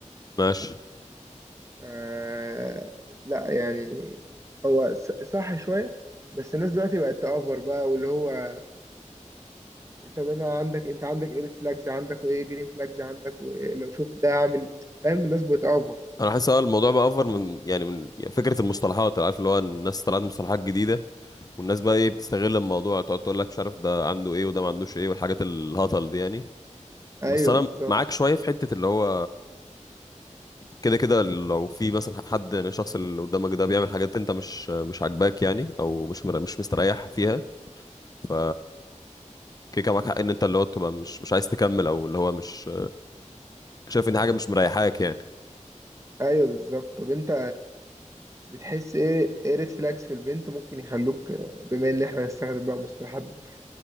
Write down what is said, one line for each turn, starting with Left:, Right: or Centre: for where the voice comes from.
Left: ماشي
Right: آه لا يعني هو ص- صح شوية بس الناس دلوقتي بقت تأفور بقى واللي هو طب انا عندك انت عندك ايه ريد فلاجز عندك وايه جرين فلاجز عندك ولو شفت ده اعمل فاهم الناس بتأفور
Left: انا حاسس اه الموضوع بقى اوفر من يعني من يعني فكره المصطلحات عارف اللي هو الناس طلعت مصطلحات جديده والناس بقى ايه بتستغل الموضوع تقعد تقول لك مش عارف ده عنده ايه وده ما عندوش ايه والحاجات الهطل دي يعني
Right: ايوه
Left: بس انا
Right: بالظبط
Left: معاك شويه في حته اللي هو كده كده لو في مثلا حد يعني الشخص اللي قدامك ده بيعمل حاجات انت مش مش عاجباك يعني او مش مر- مش مستريح فيها ف كده كده معاك حق ان انت اللي هو تبقى مش مش عايز تكمل او اللي هو مش شايف ان حاجه مش مريحاك يعني
Right: ايوه بالظبط طب انت بتحس ايه ايه ريد فلاجز في البنت ممكن يخلوك آه، بما ان احنا هنستخدم بقى المصطلحات دي